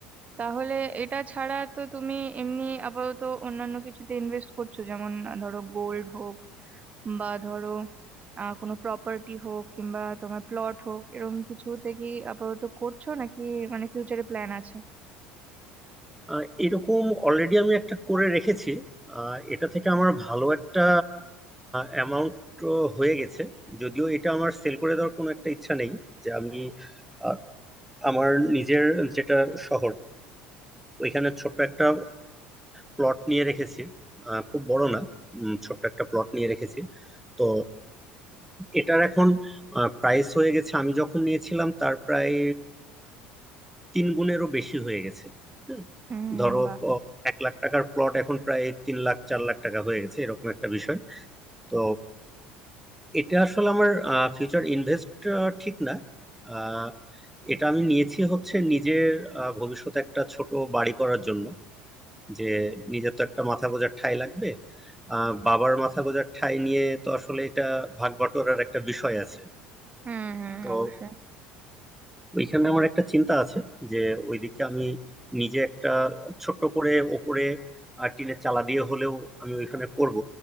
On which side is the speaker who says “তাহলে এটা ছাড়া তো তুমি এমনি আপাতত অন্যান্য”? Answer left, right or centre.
Right